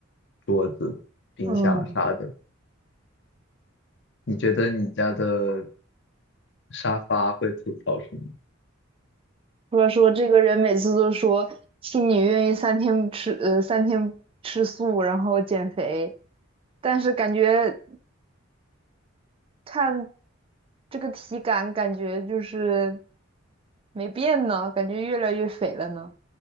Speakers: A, on the left; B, on the right.
A: 桌子、冰箱啥的，
B: 嗯，
A: 你觉得你家的沙发会吐槽什么？
B: 或者说这个人每次都说 x i 你愿意三天吃呃三天吃素，然后减肥，但是感觉看这个体感，感觉就是没变呢，感觉越来越肥了呢，